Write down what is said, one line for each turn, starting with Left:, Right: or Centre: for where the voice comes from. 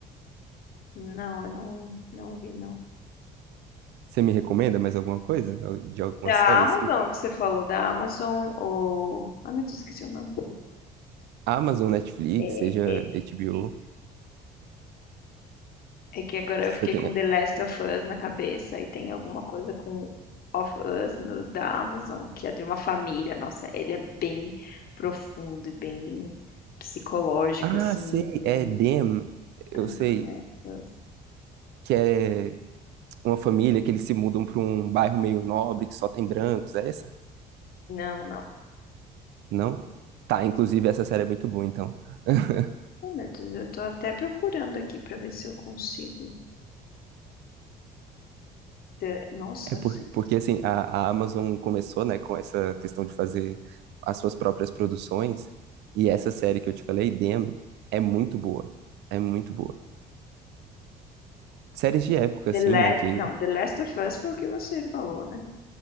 Left: Não, eu não, não vi, não.
Right: Você me recomenda mais alguma coisa? De alguma
Left: Da
Right: série,
Left: Amazon,
Right: assim?
Left: que você falou da Amazon, ou. Ai, meu Deus, esqueci o nome.
Right: Amazon, Netflix,
Left: É,
Right: seja
Left: é-
Right: HBO,
Left: é que agora
Right: que
Left: eu
Right: você
Left: fiquei
Right: tem.
Left: com The Last of Us na cabeça e tem alguma coisa com Of Us no, da Amazon, que é de uma família. Nossa, ele é bem profundo e bem psicológico,
Right: Ah,
Left: assim,
Right: sei,
Left: também.
Right: é Dem, eu
Left: Ai,
Right: sei,
Left: como é? Us.
Right: que é uma família que eles se mudam para um bairro meio nobre que só tem brancos, é essa?
Left: Não, não.
Right: Não? Tá, inclusive essa série é muito boa, então. <laughs>
Left: Oh, meu Deus, eu tô até procurando aqui pra ver se eu consigo. The- Nossa,
Right: É por-
Left: se-
Right: porque assim, a, a Amazon começou, né, com essa questão de fazer as suas próprias produções, e essa série que eu te falei, Dem, é muito boa. É muito boa. Séries de época, assim,
Left: The Last.
Right: né, que...
Left: Não, The Last of Us foi o que você falou, né?